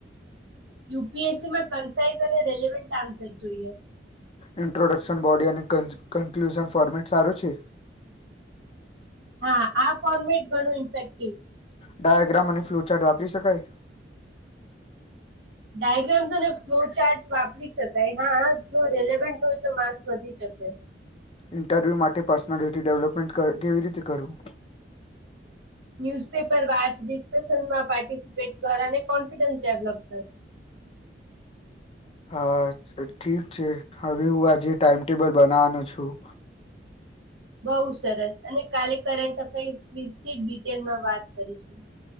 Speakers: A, on the right; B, on the left.
A: યુ પી એસ સી માં કન્સાઇઝ અને રેલવેન્ટ આન્સર જોઈએ.
B: ઇન્ટ્રોડક્શન બોડી અને કન્ક્લુઝન ફોર્મેટ સારું છે.
A: હા આ ફોર્મેટ ઘણું ઇન્ફેક્ટ.
B: ડાયગ્રામ અને ફ્લુચેટ આપ રી શકાય.
A: ડાયગ્રામ્સ અને ફ્લો ચાર્ટસ વાપરી શકાય હા જો રેલેવન્ટ હોય તો માર્ક્સ વધી શકે.
B: ઇન્ટરવ્યુ માટે પર્સનાલિટી ડેવલપમેન્ટ કેવી રીતે કરવું?
A: ન્યૂઝપેપર વાચ ડિસ્કશનમાં પાર્ટિસિપેટ કર અને કોન્ફિડન્સ ડેવલપ કર.
B: હા ઠીક છે હવે હું આજે ટાઈમટેબલ બનવાનો છું.
A: બઉ સરસ અને કાલે કરંટ અફેર્સ વિશે ડિટેલમાં વાત કરીશું